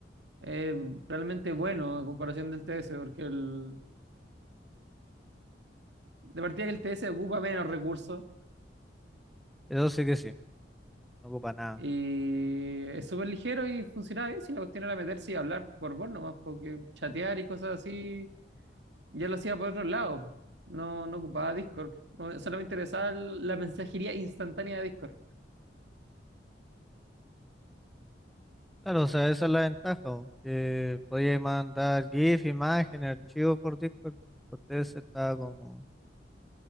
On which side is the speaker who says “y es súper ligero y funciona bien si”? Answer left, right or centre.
Right